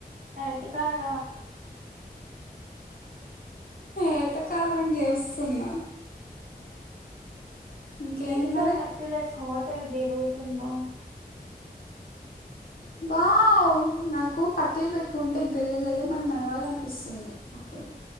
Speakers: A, on the right; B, on the left.
A: అరటి కాడ
B: వెటకారం చేస్తున్న ఇంకేంది
A: ఎందుకా
B: మరి
A: పట్టలేస్ ఓ తెగ తిరుగుతున్నావ్
B: వావ్ నాకు పట్టీలు పెట్టుకుంటే గల్లు గల్లుమని నడవాలనిపిస్తుంది అస